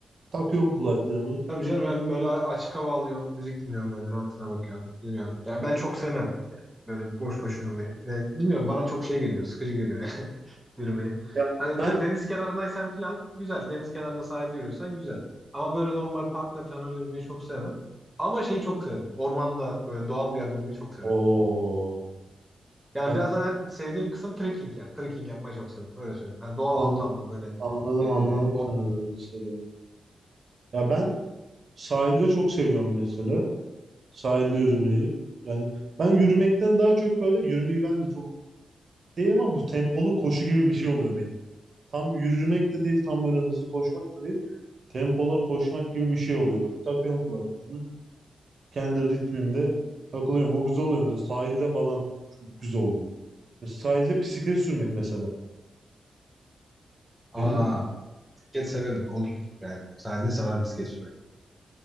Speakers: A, on the right; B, in the centre.
A: takıyorum kulaklığımı.
B: Tabii canım hem böyle açık hava alıyorsun, müzik dinliyorsun böyle rahatına bakıyorsun, yürüyorsun. Ya ben çok sevmem yani böyle boş boş yürümeyi. Ne, bilmiyorum bana çok şey geliyor, sıkıcı geliyor <laughs> yani yürümeyi.
A: Ya
B: Hani
A: ben
B: böyle deniz kenarındaysan falan güzel, deniz kenarında sahilde yürüyorsan güzel. Ama böyle normal parkta falan öyle yürümeyi çok sevmem. Ama şeyi çok severim, ormanda böyle doğal bir yerde yürümeyi çok severim.
A: o
B: Yani
A: ben
B: biraz da ben sevdiğim kısım trekking yani. Trekking yapmayı çok severim, öyle söyleyeyim. Hani doğal
A: an-
B: ortamda böyle...
A: anladım
B: E,
A: anladım
B: o...
A: sen ne demek istediğini. Ya ben sahilde çok seviyorum mesela. Sahilde yürümeyi. Yani ben yürümekten daha çok böyle yürümeyi ben de çok değil ama bu tempolu koşu gibi bir şey oluyor benim. Tam yürümek de değil, tam böyle hızlı koşmak da değil. Tempola koşmak gibi bir şey oluyor böyle. Takıyorum kulaklığımı. Kendi ritmimde takılıyorum. O güzel oluyor mesela. Sahilde falan çok güzel oluyor. Ve sahilde bisiklet sürmek mesela.
B: Aa,
A: Benim
B: bisiklet severim, olur yani. Sahilde sarar bisiklet sürmek.